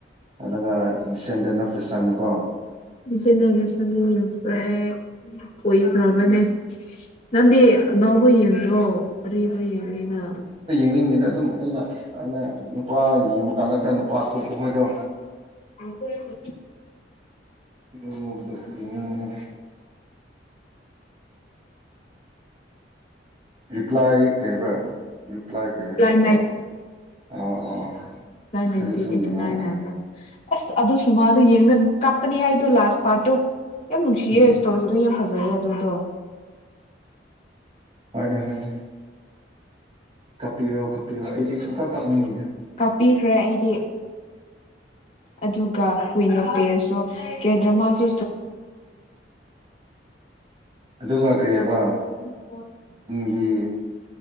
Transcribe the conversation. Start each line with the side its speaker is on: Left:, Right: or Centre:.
Right: ꯑꯗꯨꯒ ꯗꯤꯁꯦꯟꯗꯦꯟ ꯑꯣꯐ ꯗ ꯁꯟ ꯀꯣ
Left: ꯗꯤꯁꯦꯟꯗꯦꯟ ꯑꯣꯐ ꯗ ꯁꯟꯗꯤ ꯌꯦꯡꯈ꯭ꯔꯦ ꯀꯨꯏꯈ꯭ꯔꯕꯅꯦ ꯅꯪꯗꯤ ꯑꯅꯧꯕ ꯌꯦꯡꯗ꯭ꯔꯣ ꯑꯔꯤꯕ ꯌꯦꯡꯉꯤꯅ
Right: ꯌꯦꯅꯤꯡꯗꯦꯗ ꯑꯗꯨꯝ ꯑꯩꯅ ꯑꯩꯅ ꯅꯨꯄꯥ ꯌꯦꯡꯕ ꯀꯥꯟꯗ ꯈꯔ ꯅꯨꯄꯥ ꯊꯣꯛꯄ ꯈꯣꯏꯗꯣ
Left: ꯑꯁ
Right: ꯑꯗꯨꯒꯨꯝꯕꯗꯣ ꯌꯦꯡꯅꯤꯡꯕꯅꯤꯅꯦ ꯔꯤꯄ꯭ꯂꯥꯏ ꯀꯩ ꯍꯥꯏꯕꯔ ꯔꯤꯄ꯭ꯂꯥꯏ ꯀꯩ ꯍꯥꯏꯕ꯭ꯔ
Left: ꯑꯦꯄ꯭ꯂꯥꯏ
Right: ꯀꯥꯎꯒꯔꯦ ꯑꯣ ꯑꯣ ꯑꯣ
Left: ꯅꯥꯏ ꯅꯥꯏꯟꯇꯤꯟ
Right: ꯑꯗꯨꯁꯨ
Left: ꯑꯦꯇꯤ
Right: ꯌꯦꯡꯉꯦ
Left: ꯅꯥꯏꯟ
Right: ꯎꯝ
Left: ꯍꯥꯏꯕ꯭ꯔꯥ ꯑꯁ ꯑꯗꯨꯁꯨ ꯁꯤꯃꯥꯗꯨ ꯌꯦꯡꯒꯟ ꯀꯞꯄꯅꯤꯍꯦ ꯑꯩꯗꯣ ꯂꯥꯁ ꯄꯥꯔꯠꯇꯨ ꯌꯥꯝ ꯅꯨꯡꯁꯤꯌꯦ
Right: ꯎꯝ
Left: ꯏꯁꯇꯣꯔꯤꯗꯣ ꯌꯥꯝ ꯐꯖꯩꯌꯦ ꯑꯗꯨꯗꯣ
Right: ꯍꯥꯏꯅꯦ ꯍꯣꯏꯅꯦ ꯀꯞꯄꯤꯔꯣ ꯀꯞꯄꯤꯔꯣ ꯑꯩꯗꯤ ꯁꯨꯡꯀꯞ ꯀꯞꯅꯤꯡꯗꯦꯗ
Left: ꯀꯥꯞꯄꯤꯈ꯭ꯔꯦ ꯑꯩꯗꯤ ꯑꯗꯨ ꯒ ꯀ꯭ꯋꯤꯏꯟ ꯑꯣꯐ ꯇꯤꯌꯔꯁꯣ ꯀꯦꯗ꯭ꯔꯃꯥꯁꯨ
Right: ꯑꯗꯨꯒ ꯀꯔꯤ ꯍꯥꯏꯕ
Left: <unintelligible>
Right: ꯅꯤꯡꯒꯤ